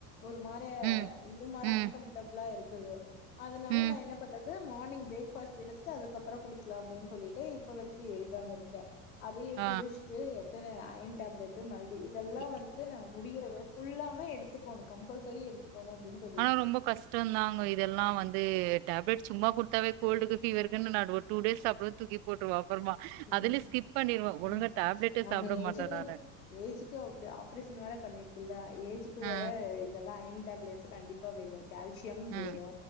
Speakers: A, on the left; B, on the right.
A: ஒரு மார
B: ம்.
A: இது மாரி
B: ம்.
A: அன்கம்ஃபர்டபிளா இருக்குது அதுனால
B: ம்.
A: நா என்ன பண்றது மார்னிங் பிரேக் ஃபாஸ்ட் எடுத்துட்டு அதுக்கப்பறோ குடிக்கலா அப்டின் சொல்லிட்டு இப்ப வரைக்கி எடுக்காம இருக்க அதய
B: ஆ.
A: குடிச்ட்டு எத்தன அயன் டேப்லெட்டு மல்டி இதெல்லா
B: இ
A: வந்துட்டு நா முடியறது ஃபுல்லாமே எடுத் த்துக்கோணு கம்பல்சரி எடுத்துக்கோணு அப்டின்
B: ஆனா ரொம்ப கஷ்டந்தாங்க இதெல்லா வந்து டேப்லெட் சும்மா குடுத்தாவே கோல்டுக்கு ஃபீவருக்குன்னு நா ஒரு டூ டேஸ் சாப்டுவ தூக்கி போட்டுவ அப்பறமா
A: ம்,
B: அதுலி ஸ்கிப் பண்ணிருவ ஒழுங்கா
A: ம்.
B: டேப்லெட்டே
A: நம்ம
B: சாப்ட
A: ஏஜுக்கு
B: மாட்ட நானு
A: ஏஜுக்கு அப்டி ஆப்ரேஷ வேற பண்ணிருக்குல்ல ஏஜுக்கு
B: ஆ.
A: வேற இதெல்லா அயன் டேப்லெட்ஸு கண்டிப்பா வேணு கேல்சியம்
B: ம்.
A: வேணு